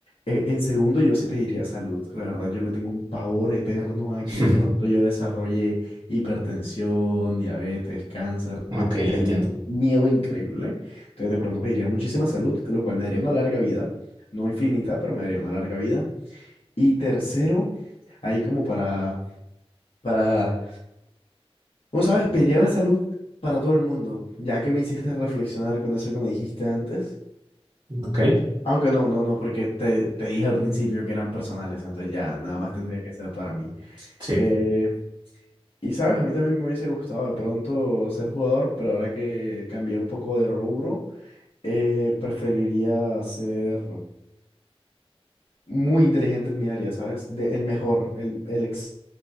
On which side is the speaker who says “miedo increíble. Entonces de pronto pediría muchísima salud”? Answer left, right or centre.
Left